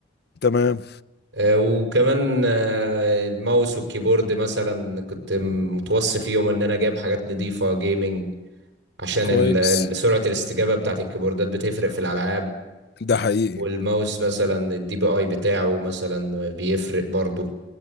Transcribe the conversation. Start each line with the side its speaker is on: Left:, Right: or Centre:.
Left: تمام
Right: آه، وكمان آه، الماوس والكيبورد مثلا كنت متوصي فيهم ان انا جايب حاجات نضيفة جيمنج عشان
Left: كويس
Right: ال- ال- سرعة الاستجابة بتاعت الكيبوردات بتفرق في الالعاب
Left: ده حقيقي
Right: والماوس مثلا الدي بي اي بتاعه مثلا بيفرق برضه